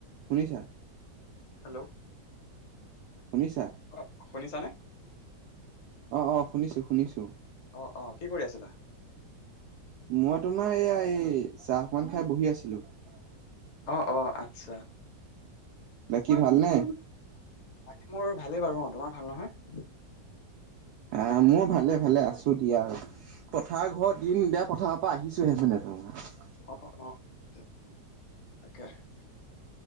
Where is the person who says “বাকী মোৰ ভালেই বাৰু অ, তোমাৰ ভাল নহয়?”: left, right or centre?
Left